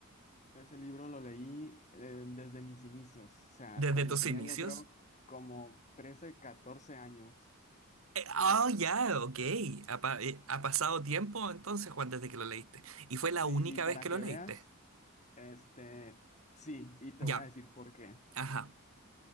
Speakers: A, on the left; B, on the right.
A: Ese libro lo leí eh, desde mis inicios, o sea,
B: ¿Desde
A: cuando
B: tus
A: tenía
B: inicios?
A: yo creo como 13, 14 años.
B: Eh, Ah, ya, ok. Ha, pa- eh, ha pasado tiempo entonces, Juan, desde que lo leíste. ¿Y fue la
A: Sí,
B: única
A: y para
B: vez que lo
A: que
B: leíste?
A: veas, este, sí, y te
B: Ya,
A: voy a decir por qué.
B: ajá,